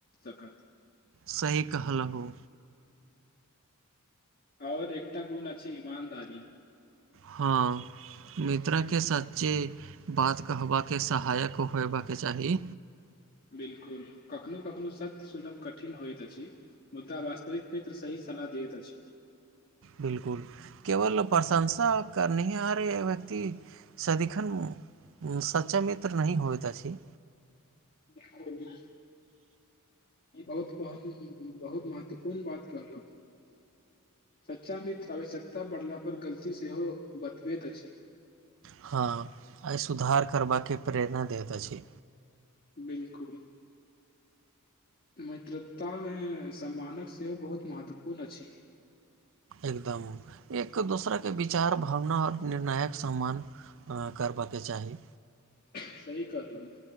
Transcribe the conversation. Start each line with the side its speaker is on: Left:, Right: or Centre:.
Left: सकत
Right: सही कहलहुँ
Left: आओर एकटा गुण अछि ईमानदारी
Right: हँ मित्रके सच्चे बात कहबाक सहायक होयबाक चाही
Left: बिलकुल कखनो-कखनो सत्य सुनब कठिन होइत अछि मुदा वास्तविक मित्र सही सलाह दैत अछि
Right: बिलकुल केवल प्रशंसा करनिहार व्यक्ति सदिखन सच्चा मित्र नहि होयत अछि
Left: होइत अछि ई बहुत-बहुत बहुत महत्वपूर्ण बात कहलहुँ सच्चा मित्र आवश्यकता पड़ला पर गलती सेहो बतबैत अछि
Right: हँ आ सुधार करबाके प्रेरणा दैत अछि
Left: बिलकुल मित्रतामे सम्मानक सेहो बहुत महत्वपूर्ण अछि
Right: एकदम एक दूसरा के विचार भावना आओर निर्णायक सम्मान करबयके चाही
Left: सही कहलहुँ